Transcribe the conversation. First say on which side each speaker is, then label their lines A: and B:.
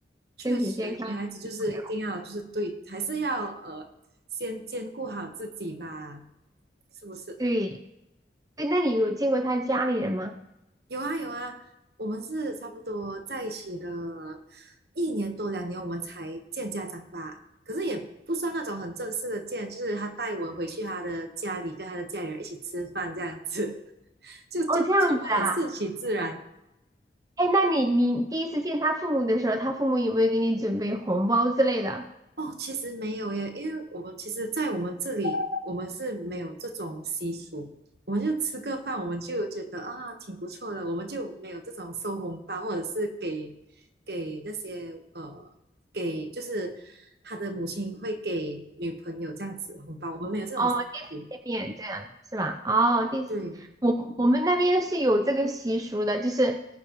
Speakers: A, on the right; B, on the right.
A: 确实，
B: 身体健康最重要
A: 女孩子就是一定要就是对，还是要呃先兼顾好自己吧，是不是？
B: 对，对，那你有见过他家里人吗？
A: 有啊有啊，我们是差不多在一起的一年多两年，我们才见家长吧。可是也不算那种很正式的见，就是他带我回去他的家里，跟他的家里人一起吃饭这样子，<laughs> 就就全部很顺其自然。
B: 哦，这样子啊。哎，那你你第一次见他父母的时候，他父母有没有给你准备红包之类的？
A: 哦，其实没有耶，因为我们其实，在我们这里，我们是没有这种习俗，我们就吃个饭，我们就觉得啊，挺不错的，我们就没有这种收红包，或者是给给那些呃，给就是他的母亲会给女朋友这样子红包，我们没有这种习俗。
B: 哦，第一次见面这样是吧？哦，第一次，
A: 对，
B: 我我们那边是有这个习俗的，就是